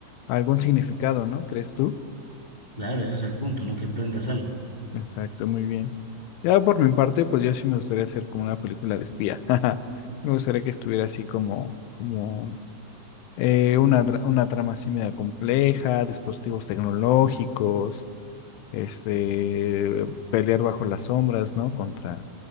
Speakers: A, on the left; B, on the left.
A: algún significado, ¿no? ¿Crees tú?
B: Claro, ese es el punto, ¿no? Que aprendas algo.
A: Exacto, muy bien. Ya por mi parte, pues yo sí me gustaría hacer como una película de espía. <laughs> Me gustaría que estuviera así como, como eh, una, dra- una trama así media compleja, dispositivos tecnológicos, este, pelear bajo las sombras, ¿no? Contra